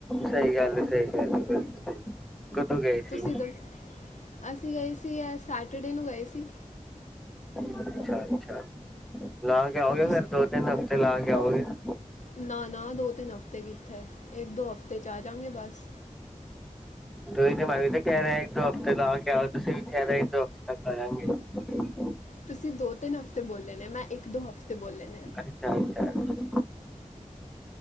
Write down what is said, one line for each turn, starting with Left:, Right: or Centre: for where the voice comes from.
Centre: ਸਹੀ ਗੱਲ ਏ, ਸਹੀ ਗੱਲ ਏ ਸਹੀ, ਸਹੀ। ਕਦੋਂ ਗਏ
Left: ਤੁਸੀਂ
Centre: ਸੀ?
Left: ਦੱਸ ਅਸੀਂ ਗਏ ਸੀ, ਐ ਸੈਟਰਡੇ ਨੂੰ ਗਏ ਸੀ।
Centre: ਅੱਛਾ-ਅੱਛਾ। ਲਾ ਕੇ ਆਓਗੇ,
Left: ਤੁਸ
Centre: ਫੇਰ ਦੋ ਤਿੰਨ ਹਫ਼ਤੇ ਲਾ ਕੇ। ਆਉਗੇ ਨਾ।
Left: ਨਾ, ਨਾ ਦੋ ਤਿੰਨ ਹਫ਼ਤੇ ਕਿੱਥੇ, ਏਕ ਦੋ ਹਫ਼ਤੇ 'ਚ ਆ ਜਾਂਗੇ ਬੱਸ।
Centre: ਤੁਈ ਤੇ ਮੈਂ ਵੀ ਤੇ ਕੈ ਰਿਆ, ਇੱਕ ਦੋ ਹਫ਼ਤੇ ਲਾ ਕੇ ਆਔ ਤੁਸੀਂ ਵੀ ਕੈ ਰੇ ਇੱਕ ਦੋ ਹਫ਼ਤੇ ਤੱਕ ਆ ਜਾਗੇ।
Left: ਤੁਸੀਂ ਦੋ ਤਿੰਨ ਹਫ ਤੇ ਬੋਲੇ ਨੇ, ਮੈਂ ਇੱਕ ਦੋ ਹਫ਼ਤੇ ਬੋਲੇ ਨੇ।
Centre: ਅੱਛਾ ਅੱਛਾ